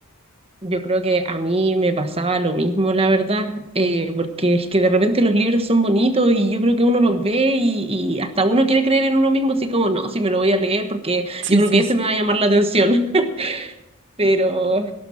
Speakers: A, on the right; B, on the right.
A: Yo creo que a mí me pasaba lo mismo, la verdad, eh, porque es que de repente los libros son bonitos y yo creo que uno los ve y, y hasta uno quiere creer en uno mismo, así como, no, si me lo voy a leer porque
B: Sí,
A: yo creo
B: sí,
A: que ese
B: sí.
A: me va a llamar la atención. <laughs> Pero,